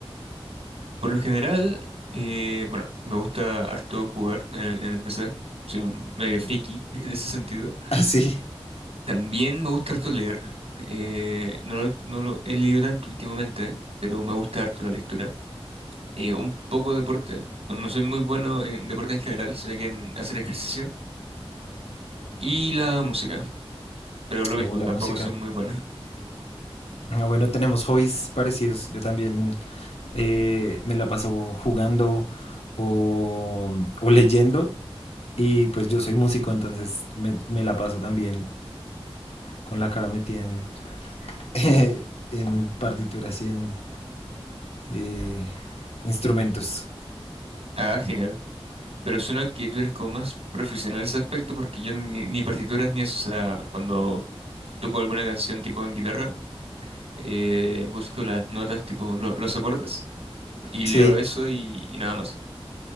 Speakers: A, on the right (about 80°); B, on the left (about 80°).
A: Por lo general, eh, bueno, me gusta harto jugar en, en el PC. Soy medio friki <laughs> en ese sentido.
B: <laughs> Así.
A: También me gusta harto leer. Eh, no, lo- no lo he leído tanto últimamente, pero me gusta harto la lectura. eh, un poco de deporte. No, no soy muy bueno en deporte en general, sino que en hacer ejercicio. Y la música. Pero lo mismo,
B: Oh, la
A: tampoco
B: música.
A: soy muy bueno. <laughs>
B: Ah, bueno, tenemos hobbies parecidos. Yo también eh, me la paso jugando o, o leyendo. Y pues yo soy músico, entonces me, me la paso también con la cara metida en, <laughs> en partituras y en eh, instrumentos.
A: Ah, genial. Pero suena que tú eres como más profesional en ese aspecto porque yo ni, ni partituras ni eso. O sea, cuando toco alguna canción tipo en guitarra, eh, busco las notas tipo lo- los acordes y
B: Sí.
A: leo eso y, y nada más.